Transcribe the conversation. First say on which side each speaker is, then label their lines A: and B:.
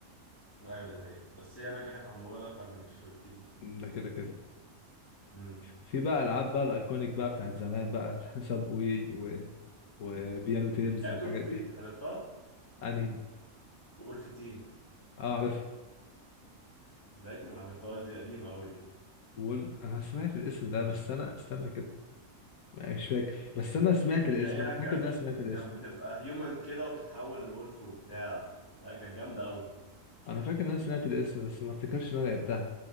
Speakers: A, on the left; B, on the left.
A: ايوه دي حقيقة بس هي نجحت على الموبايل اكتر من فيفا بكتير بصراحة
B: ده كده كده
A: امم
B: في بقى العاب بقى الايكونيك بقى بتاعت زمان بقى <laughs> ساب واي و... وبيانو تيلز
A: لعبت
B: والحاجات
A: ولف تيم
B: دي
A: حضرتها
B: انهي
A: وولف تيم
B: اه عارف
A: ده ما حضرتهاش دي قديمة أوي دي
B: وول انا سمعت الاسم ده بس انا استنى كده مش فاكر بس انا سمعت
A: هتلاقيها
B: الاسم انا
A: كانت
B: فاكر ان انا سمعت الاسم
A: كانت بتبقى هيومن كده وبتتحول لولف وبتاع لا كانت جامدة أوي
B: انا فاكر ان انا سمعت الاسم بس ما افتكرش ان انا لعبتها